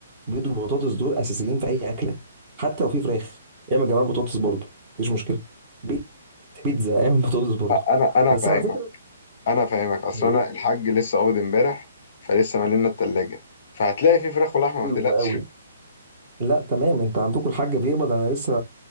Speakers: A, on the right (about 20°); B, on the left (about 35°).
A: بيض وبطاطس دول اساسيين في اي اكله حتى لو في فراخ اعمل جنبها بطاطس برضه مفيش مشكله بي- بيتزا اعمل بطاطس برضه
B: لا، انا انا
A: بس
B: فاهمك
A: على فكره
B: انا فاهمك اصل
A: حلو
B: انا الحاج لسه قابض امبارح فلسه مالنا التلاجه فهتلاقي في فراخ ولحمه ما تقلقش
A: قوي لا تمام انت عندكم الحاج بيقبض انا لسه